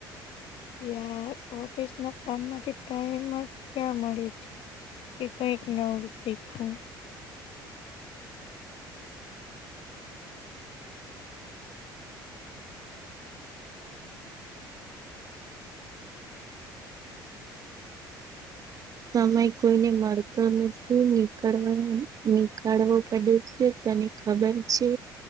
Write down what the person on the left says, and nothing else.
યાર ઓફિસ ના કામ માંથી ટાઈમ જ ક્યાં મળે છે એક એક નવ સીખું